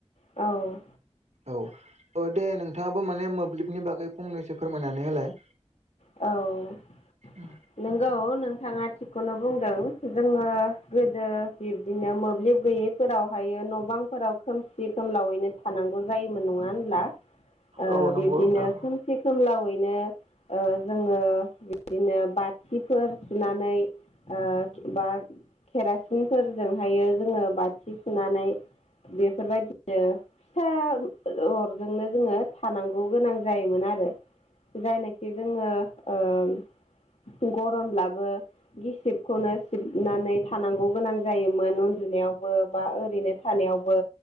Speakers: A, on the left; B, on the right.
A: औ
B: औ ओ दे नोंथाङाबो माने मोब्लिबनि बागै फंनैसो फोरमायनानै होलाय।
A: औ
B: <inaudible>
A: नंगौ नोंथाङा थिगखौनो बुंदों जोङो गोदो बिब्दिनो मोब्लिब गैयि फोरावहायो न' बांफोराव खोमसि खोमलावैनो थानांगौ जायोमोन नङा होनब्ला? ओ
B: औ
A: बिब्दिनो
B: नंगौ नोंथां
A: खोमसि खोमलावैनो ओ जोङो बिब्दिनो बाथिफोर सुनानै ओ बा केरासिनफोरजोंहायो जोङो बाथि सुनानै बेफोरबायदिनो फिसा अरजोंनो जोङो थानांगौ गोनां जायोमोन आरो। जायनाखि जोङो ओ गरमब्लाबो गिसिबखौनो सिबनानै थानांगौ गोनां जायोमोन उन्दुनायावबो बा ओरैनो थानायावबो